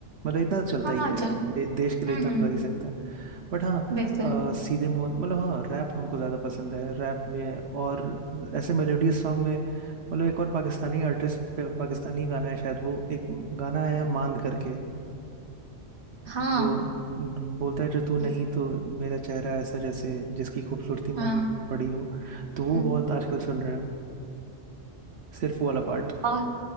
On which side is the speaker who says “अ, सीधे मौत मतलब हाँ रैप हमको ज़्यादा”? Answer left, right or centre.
Right